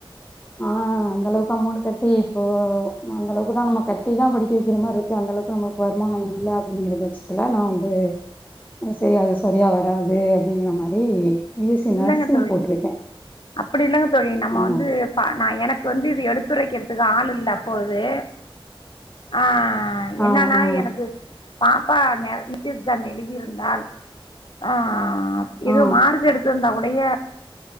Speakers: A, on the left; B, on the left.
A: ஆ அந்தளவுக்கு அமௌன்ட் கட்டி இப்போ அந்தளவுக்கு தா நம்ம கட்டி தா படிக்க வைக்கிற மாரி இருக்கு அந்தளவுக்கு நம்ம வருமானமில்ல அப்படிங்கற பட்சத்துல நா வந்து அது செரி அது சரியா வராது அப்டிங்கற மாரி பி எஸ் சி
B: இல்லங்க
A: நர்சிங்
B: தோழி
A: போட்டிருக்கே
B: அப்படி இல்லங்க தோழி நம்ம
A: ஆ
B: வந்து பா நா எனக்கு வந்து இது எடுத்துரைக்கிறதுக்கு ஆள் இல்ல அப்போ இது
A: <inaudible>
B: ஆ
A: ஆ
B: என்னான்னா
A: ஆ
B: எனக்கு பாப்பா ந <unintelligible> எழுதியிருந்தால் ஆ ஏதோ
A: ஆ
B: மார்க்கு எடுத் துர்ந்தாவுடைய